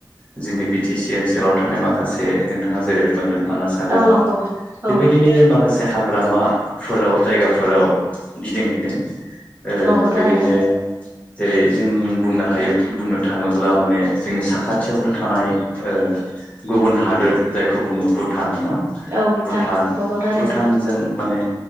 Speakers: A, on the left; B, on the right.
A: जोंनि बि टि सि ओनसोलाव थानाय माखासे नोंथाङा जेरै बुंलांदोंमोन। मानास हाग्रामा
B: औ नंगौ
A: बेबायदिनो
B: औ
A: माखासे हा ग्रामाफोराव जायगाफोराव गिदिंहैदों। ओ
B: नंगौ थारैनो
A: बेबायदिनो जेरै जों बुंनो हायो, बुंनो थाङोब्ला माने जोंनि साखाथियावनो थानाय ओ गुबुन हादोर जायखौ बुङो भुटान ना
B: औ
A: भुटान
B: नंगौ थारैनो
A: भुटानजों माने